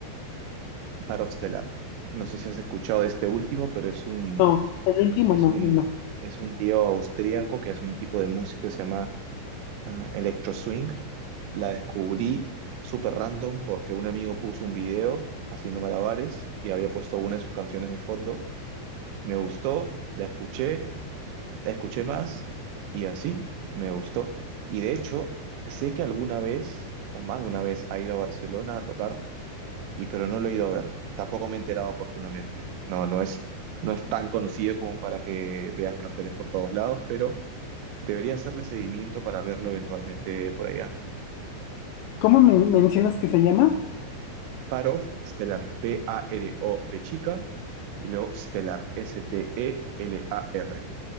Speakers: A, on the right; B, on the left.
A: Paro Stellar. No sé si has escuchado de este último, pero es un,
B: No, el último
A: es
B: no,
A: un,
B: no, no.
A: es un tío austríaco que hace un tipo de música que se llama ah, electro swing. La descubrí súper random porque un amigo puso un video haciendo malabares y había puesto una de sus canciones de fondo. Me gustó, la escuché, la escuché más y así me gustó. Y de hecho, sé que alguna vez, o más de una vez, ha ido a Barcelona a tocar y pero no lo he ido a ver. Tampoco me he enterado oportunamente. No, no es, no es tan conocido como para que veas carteles por todos lados, pero debería hacerle seguimiento para verlo eventualmente por allá.
B: ¿Cómo me mencionas que se llama?
A: Parov, Stellar, P-A-R-O-V chica, y luego Stellar, S-T-E-L-A-R.